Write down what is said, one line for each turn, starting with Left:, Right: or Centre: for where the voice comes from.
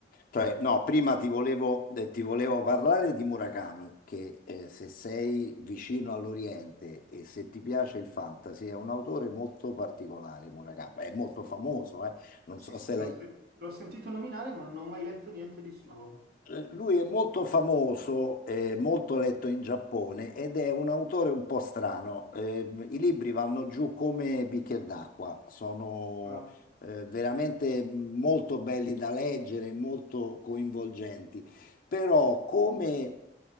Left: cioè, no, prima ti volevo, eh, ti volevo parlare di Murakami, che eh, se sei vicino all'Oriente e se ti piace il fantasy, è un autore molto particolare, Murakami, è molto famoso, eh. Non
Right: Sì,
Left: so
Right: sì,
Left: se
Right: l'ho
Left: l'hai...
Right: se- l'ho sentito nominare, ma non ho mai letto niente di suo.
Left: Eh, Lui è molto famoso, eh, molto letto in Giappone ed è un autore un po' strano. Ehm, i libri vanno giù come bicchier d'acqua, sono
Right: Ma
Left: eh, veramente molto belli da leggere, molto coinvolgenti. Però come